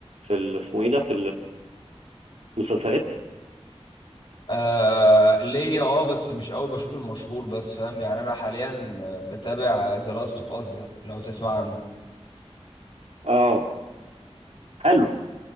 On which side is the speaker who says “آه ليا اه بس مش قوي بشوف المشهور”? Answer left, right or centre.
Left